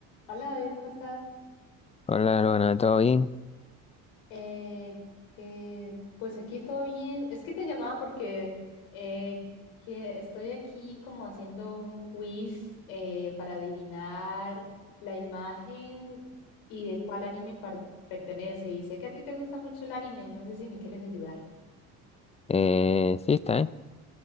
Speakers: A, on the left; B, on the left.
A: Hola David, ¿cómo estás?
B: Hola, Luana, ¿todo bien?
A: Eh, que pues aquí todo bien. Es que te llamaba porque eh, que estoy aquí como haciendo un quiz eh, para adivinar la imagen y de cuál anime par- pertenece. Y sé que a ti te gusta mucho el anime, no sé si me quieres ayudar.
B: Eh, sí, está, ¿eh?